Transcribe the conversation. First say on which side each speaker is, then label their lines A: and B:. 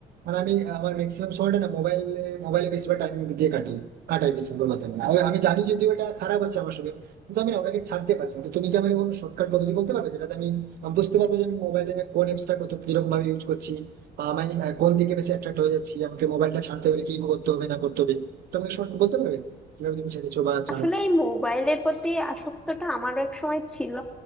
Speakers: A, on the right (about 65°); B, in the centre.
A: মানে আমি আহ, আমার ম্যাক্সিমাম সময়টা না মোবাইলে মোবাইলে বেশিরভাগ টাইম দিয়ে কাটি কাটাই বেশিরভাগ কথা বলে। আর আমি জানি যদিও এটা খারাপ হচ্ছে আমার সঙ্গে কিন্তু আমি না ওটাকে ছাড়তে পারছি না তো তুমি কি আমাকে কোনো শর্টকাট পদ্ধতি বলতে পারবে যেটাতে আমি আহ, বুঝতে পারবো যে আমি মোবাইলে কোন অ্যাপসটা কত কিরকম ভাবে ইউজ করছি আমি আহ, কোন দিকে বেশি অ্যাট্রাক্ট হয়ে যাচ্ছি আমাকে মোবাইলটা ছাড়তে হলে কি করতে হবে না করতে হবে তো আমাকে শর্ট বলতে পারবে কিভাবে তুমি ছেড়েছো বা ছাড়ো
B: আসলে এই মোবাইলের প্রতি আসক্তটা আমারও এক সময় ছিল